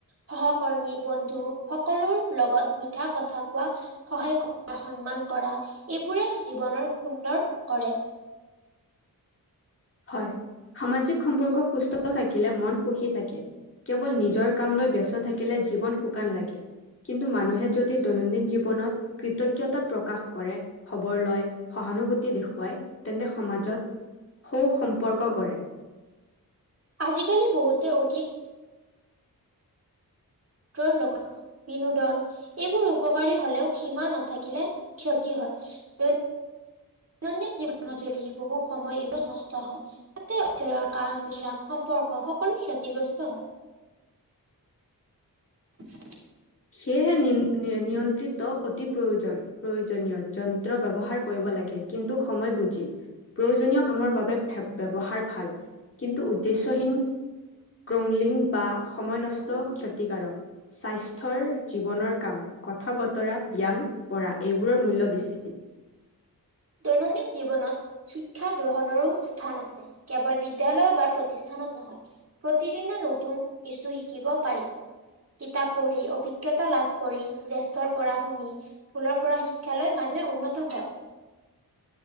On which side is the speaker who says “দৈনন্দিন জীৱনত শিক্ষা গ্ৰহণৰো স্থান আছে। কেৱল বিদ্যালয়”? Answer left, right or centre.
Right